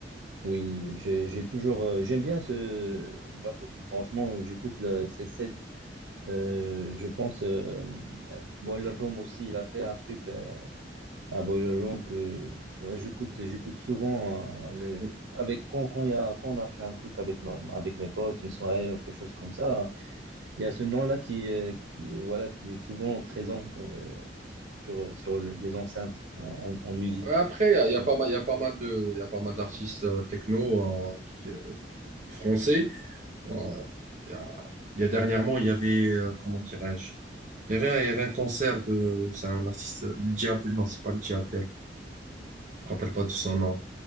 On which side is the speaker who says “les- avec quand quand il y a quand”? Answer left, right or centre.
Right